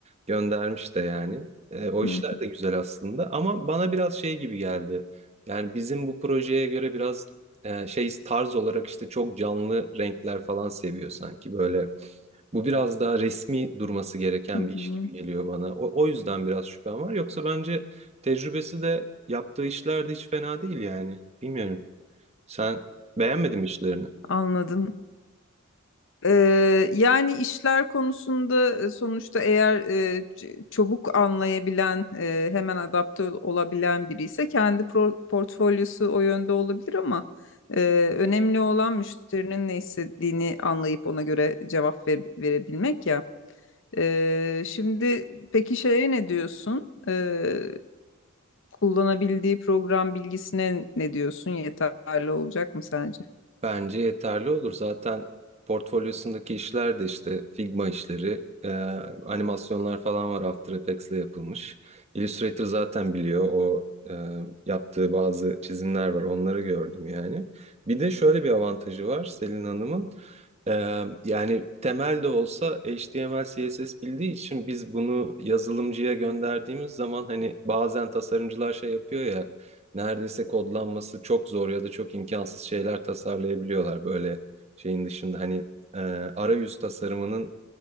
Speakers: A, on the right; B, on the left.
A: Göndermiş de yani. E, o işler
B: hı
A: de güzel aslında ama bana biraz şey gibi geldi. Yani bizim bu projeye göre biraz e, şey tarz olarak işte çok canlı renkler falan seviyor sanki böyle. Bu biraz daha resmi durması gereken
B: hı, hı
A: bir iş
B: hı.
A: gibi geliyor bana. O, o yüzden biraz şüphem var. Yoksa bence tecrübesi de yaptığı işler de hiç fena değil yani. Bilmiyorum. Sen beğenmedin mi işlerini?
B: Anladım. Ee, yani işler konusunda e, sonuçta eğer e, ç- çabuk anlayabilen, e, hemen adapte ol- olabilen biri ise kendi pro- portfolyosu o yönde olabilir ama e, önemli olan müşterinin ne istediğini anlayıp ona göre cevap ver- verebilmek ya. Ee, şimdi peki şeye ne diyorsun? Ee, kullanabildiği program bilgisine ne diyorsun? Yeterli olacak mı sence?
A: Bence yeterli olur. Zaten portfolyosundaki işler de işte Figma işleri, e, animasyonlar falan var After Effects'le yapılmış. Illustrator zaten biliyor o e, yaptığı bazı çizimler var. Onları gördüm yani. Bir de şöyle bir avantajı var Selin Hanım'ın. E, yani temel de olsa HTML, CSS bildiği için biz bunu yazılımcıya gönderdiğimiz zaman hani bazen tasarımcılar şey yapıyor ya neredeyse kodlanması çok zor ya da çok imkansız şeyler tasarlayabiliyorlar böyle şeyin dışında hani e, arayüz tasarımının